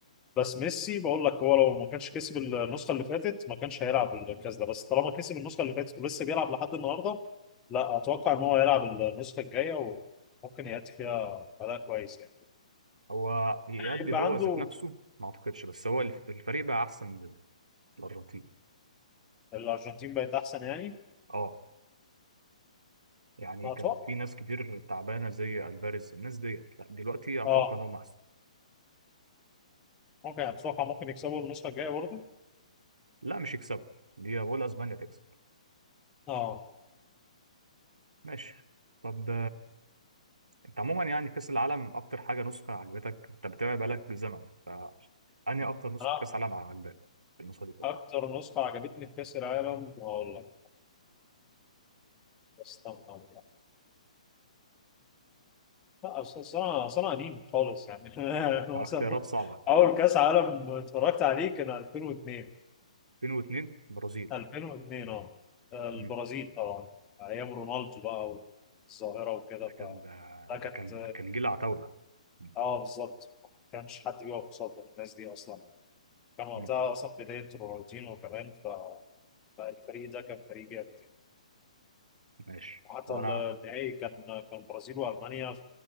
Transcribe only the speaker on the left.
بس ميسي بقول لك هو لو ما كانش كسب النسخه اللي فاتت ما كانش هيلعب الكاس ده بس طالما كسب النسخه اللي فاتت ولسه بيلعب لحد النهارده لا اتوقع ان هو هيلعب النسخه الجايه وممكن يأتي فيها اداء كويس يعني
يبقى
عنده
الارجنتين بقت احسن يعني
اتوقع
اه
ممكن اتوقع ممكن يكسبوا النسخه الجايه برضه
اه
انا
اكتر نسخه عجبتني في كاس العالم اقول لك استنى أقول لك. لا أصل أصل أنا أصل أنا قديم خالص يعني <laughs> أنا
مثلا
ممكن
أول كأس عالم اتفرجت عليه كان 2002
2002 أه البرازيل
طبعا أيام رونالدو بقى والظاهرة وكده
ف
ده كانت
أه بالظبط ما كانش حد بيقف قصاد الناس دي أصلا كان وقتها
أصلا بداية رونالدينو كمان ف فالفريق ده كان فريق جامد يعني
وحتى
النهائي
كان كان البرازيل وألمانيا